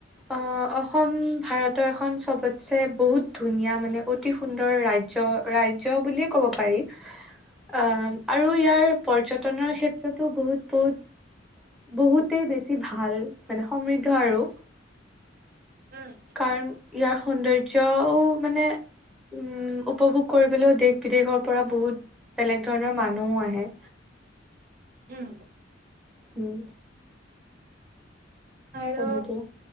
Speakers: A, in the centre; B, on the right.
A: অ-অসম ভাৰতৰ এখন চবতছে বহুত ধুনীয়া মানে, অতি অতি সুন্দৰ ৰাজ্য, ৰাজ্য বুলিয়ে ক'ব পাৰি। অ' আৰু ইয়াৰ পৰ্যটনৰ ক্ষেত্ৰতো বহুত, বহুত বহুতেই বেছি ভাল, মানে সমৃদ্ধ আৰু।
B: উ'ম
A: কাৰণ ইয়াৰ সৌন্দৰ্য্যও মানে উ'ম উপভোগ কৰিবলৈও দেশ বিদেশৰ পৰা বহুত বেলেগ ধৰণৰ মানুহও আহে।
B: উ'ম।
A: উ'ম।
B: আৰু
A: তেনেকে